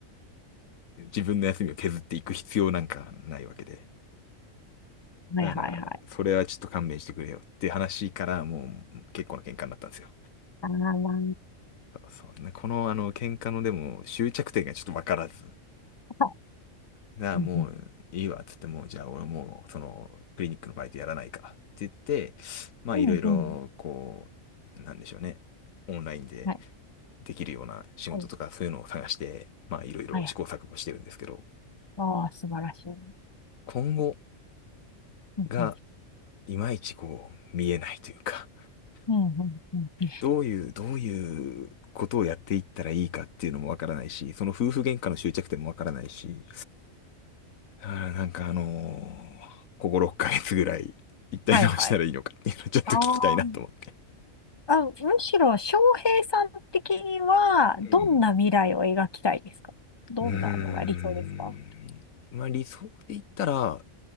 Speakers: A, on the left; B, on the left.
A: 自分の休みを削っていく必要なんかないわけで。
B: はいはいはい。
A: だから、それはちょっと勘弁してくれよって話からもう結構な喧嘩になったんですよ。
B: あー、ま
A: そうね、このあの喧嘩のでも終着点がちょっとわからず。
B: あ、<laughs> あ
A: なあ、
B: うんうん
A: もういいわ、っつって、もう、じゃあ俺もう、その、クリニックのバイトやらないから、って言って、まあ、
B: うんうん。
A: いろいろ、こう、なんでしょうね、オンラインで
B: はい。
A: できるような仕事とか、
B: はい。
A: そういうのを探して、まあ、いろいろ試行錯誤してるんですけど、
B: はい。ああ、素晴らしい。う
A: 今後
B: んうん
A: が、いまいちこう、見えないというか、
B: うんうんうんうん。
A: どういう、どういうことをやっていったらいいかっていうのもわからないし、その夫婦喧嘩の終着点もわからないし、だからなんかあのーここ6ヶ月ぐらい、一体どうしたらいいのかっていうのを
B: はいはい。
A: <laughs> ちょっと聞きたいなと思って。
B: あーあ、むしろ、翔平さん的には、どんな未来を描きたいですかどんなのが理想ですか
A: うん。うーん。まあ理想で言ったら、